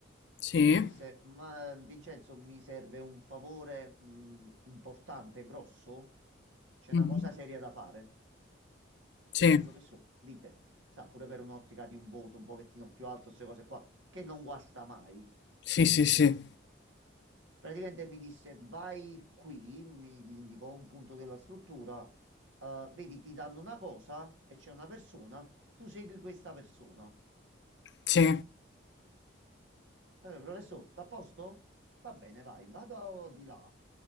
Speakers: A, on the left (about 60°); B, on the right (about 80°).
A: Sì,
B: Mi disse, ma Vincenzo, mi serve un favore, mh, importante, grosso. C'è una
A: Mhm.
B: cosa seria da fare.
A: Sì,
B: Dissi, professore, dite, sa, pure per un'ottica di un voto un pochettino più alto, queste cose qua, che non guasta mai.
A: sì, sì, sì,
B: Praticamente mi disse vai qui, mi indicò un punto della struttura, eh, vedi ti danno una cosa e c'è una persona, tu segui questa persona.
A: sì,
B: Eh, professor, t'à a posto? Va bene, vai, vado di là